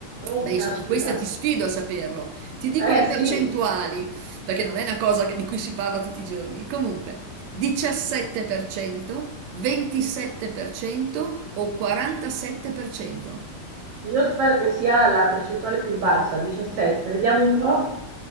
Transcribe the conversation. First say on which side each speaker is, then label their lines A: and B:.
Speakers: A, on the right; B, on the right.
A: oh
B: Beh, insomma,
A: caspita.
B: questa ti sfido a saperlo. Ti dico
A: Eh
B: le
A: sì,
B: percentuali, perché non è una cosa che- di cui si parla tutti i giorni. Comunque. 17%, 27% o 47%.
A: io spero che sia la percentuale più bassa, 17. Vediamo un po'.